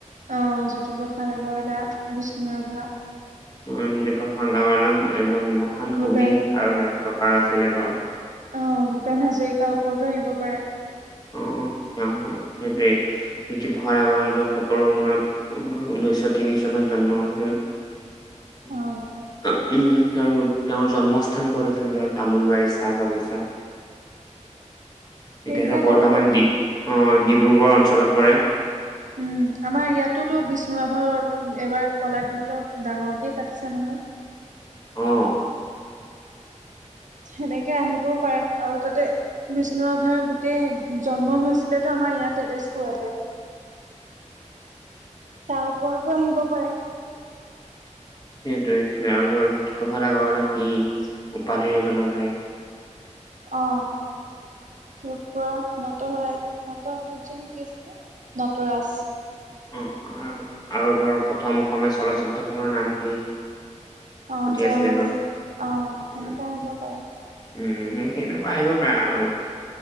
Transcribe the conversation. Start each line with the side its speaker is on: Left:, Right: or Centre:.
Right: অ জ্যোতিপ্ৰসাদ আগৰৱালা, বিষ্ণু ৰাভা।
Left: অ জ্যোতিপ্ৰসাদ আগৰৱালা এজন মহান
Right: ভূপেন
Left: কবি আৰু নাট্যকাৰ আছিলে ধৰ।
Right: অ ভূপেন হাজৰিকাৰ ওপৰতো আহিব পাৰে।
Left: অহ তেওঁ সেইটোৱে জ্যোতিপ্ৰসাদ আগৰৱালা সোতৰ জুনত- ঊনৈছশ তিনি চনত জন্ম হৈছিল। উম,
Right: অ',
Left: তেওঁৰ তেওঁৰ জন্মস্থান ক'ত আছিল? ধৰ তামোল বাৰী চাহ বাগিচা।
Right: সেইবিলাক
Left: এতিয়া ধৰ বৰ্তমান
Right: আহিব পাৰে
Left: ডি আহ ডিব্ৰুগড় অঞ্চলত পৰে।
Right: উম, আমাৰ ইয়াতোতো বিষ্ণু ৰাভাৰৰ এইবাৰ কলাক্ষেত্ৰ ডাঙৰকেই পাতিছে নহয়।
Left: অ।
Right: সেনেকে আহিবও পাৰে আৰু তাতে- বিষ্ণুৰাভাৰ গোটেই জন্ম হৈছিল, তেওঁ আমাৰ ইয়াত তেজপুৰতে। তাৰ ওপৰতো আহিব পাৰে।
Left: সেইটোৱে আৰু ধৰ জ্যোতিপ্ৰসাদ আগৰৱালাৰ কি উপাধিৰে জনা যায়?
Right: অ। ৰূপকোঁৱৰৰ নটশৰাইত নটসৰ্য নে কি আছিলে? নটৰাজ।
Left: অ আৰু আৰু ধৰ প্ৰথম অসমীয়া চলচ্চিত্ৰখনৰ নাম কি?
Right: অ 'জয়মতী'
Left: আছিলে ধৰ
Right: অ সেনেকুৱা
Left: উম
Right: আহিব পাৰে।
Left: উম, সেনেকুৱা আহিব পাৰে আৰু।